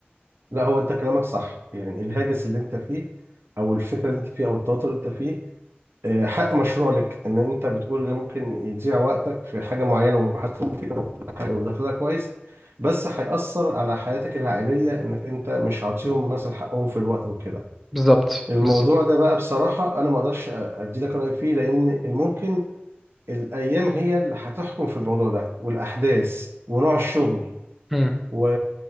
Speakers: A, on the right; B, in the centre.
A: لا هو انت كلامك صح يعني الهاجس اللي انت فيه او الفكره اللي انت فيه او التوتر اللي انت فيه آه، حق مشروع لك ان انت بتقول ان ممكن يضيع وقتك في حاجه معينه ومحاسبهم فيها وكل حاجه ودخلها كويس بس هيأثر على حياتك العائليه انك انت مش عاطيهم مثلا حقهم في الوقت وكده
B: بالظبط
A: الموضوع
B: بالظبط
A: ده بقى بصراحه انا ما اقدرش ادي لك راي فيه لان ممكن الايام هي اللي هتحكم في الموضوع ده والاحداث ونوع الشغل
B: امم
A: و...